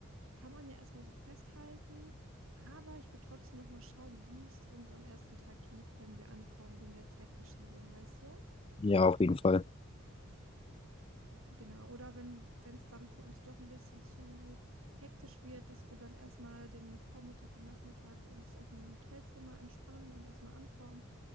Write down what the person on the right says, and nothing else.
Kann man ja erstmal so festhalten, aber ich würde trotzdem nochmal schauen, wie es uns am ersten Tag geht, wenn wir ankommen, wegen der Zeitverschiebung, weißt du?
Genau, oder wenn wenn es dann für uns doch ein bisschen zu hektisch wird, dass wir dann erstmal den Vormittag und Nachmittag uns erstmal im Hotelzimmer entspannen und erstmal ankommen